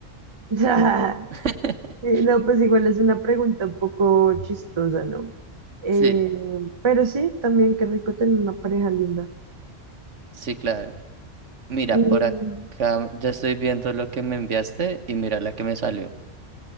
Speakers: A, on the right; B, on the right.
A: <laughs>
B: <laughs>
A: Eh, No, pues igual es una pregunta un poco chistosa, ¿no? Eh,
B: Sí,
A: pero sí, también qué rico tener una pareja linda.
B: sí, claro. Mira,
A: Mm,
B: por acá ya estoy viendo lo que me enviaste y mira la que me salió.